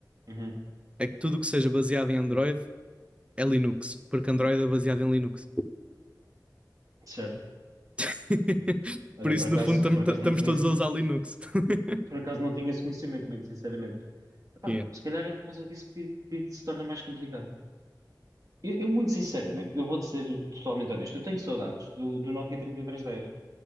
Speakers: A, on the right; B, on the right.
A: Uhum,
B: é que tudo o que seja baseado em Android é Linux, porque Android é baseado em Linux.
A: certo.
B: <laughs>
A: Olha,
B: Por isso,
A: por acaso,
B: no fundo,
A: por acaso
B: estamos
A: não tinha
B: todos
A: esse,
B: a usar Linux. <laughs>
A: por acaso não tinha esse conhecimento, muito sinceramente. Epá,
B: Yeah.
A: se calhar é por causa disso que, que se torna mais complicado. Eu, eu, muito sinceramente, eu vou-te ser totalmente honesto, eu tenho saudades do, do Nokia 3310,